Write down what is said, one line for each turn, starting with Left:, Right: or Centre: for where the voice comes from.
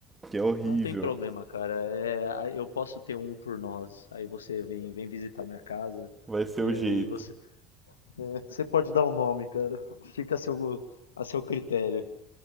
Right: que é horrível.
Left: não tem problema, cara. É, a- eu posso ter um por nós. Aí você vem, vem visitar minha casa
Right: Vai ser
Left: e
Right: o
Left: aí
Right: jeito.
Left: você, <laughs> você pode dar o nome, cara. Fica a seu, a seu critério.